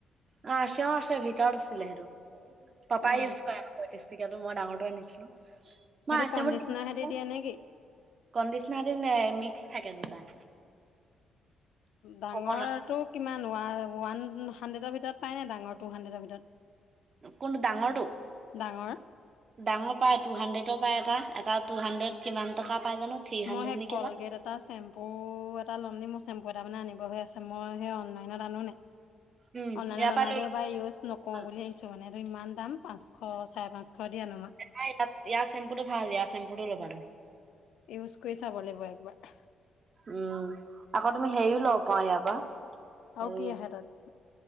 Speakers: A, on the right; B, on the left.
A: অ আৰ চিমৰও আছে ভিতৰত আছিলে সেইটো পাপাই
B: অ
A: ইউজ কৰে। <inaudible> তেকাত মই ডাঙৰ নিছিলো
B: সেইটো
A: মই
B: কণ্ডিচনাৰ
A: আ ম
B: সেতি দিয়ে নে কি
A: কণ্ডিচনাৰ দি মিক্স থাকে দুটা।
B: ডাঙৰটো
A: ককনাট
B: কিমান ৱ ওৱান হাড্ৰেডৰ ভিতৰত পাই নাই ডাঙৰ টু হাণ্ড্ৰেডৰ ভিতৰত।
A: কোনটো ডাঙৰটো?
B: ডাঙৰ
A: ডাঙৰ পায় টু হাড্ৰেডৰ পায় এটা এটা টু হাণ্ড্ৰেড কিমান টকা পাই জানো? থ্ৰী হাণ্ড্ৰেড
B: মই সেই
A: নেকি
B: কলগেট এটা চেম অ এটা চেম্পু এটা ল'ম নি মোৰ চেম্পু এটা মানে আনিব হৈ আছে মই সেই অনলাইনত আনো নাই
A: উম
B: অনলান
A: ইয়াৰ
B: আনাটো
A: পৰা লৈ
B: এবাৰ ইউজ নকওঁ
A: ল'বা নাই
B: বুলি আহিছো মানে এইটো ইমান দাম পাঁচশ চাৰে পাঁচশ দি আনো মই
A: মই ইয়াৰ চেম্পুটো ভাল ইয় চম্পুটো ল'বা তমি।
B: ইউজ কৰি চাব লাগিব একবাৰ।
A: উম আকৌ তুমি হেৰিও লব পাৰা ইয়াৰ পৰা। হেৰি
B: আৰু কি আহে তাত।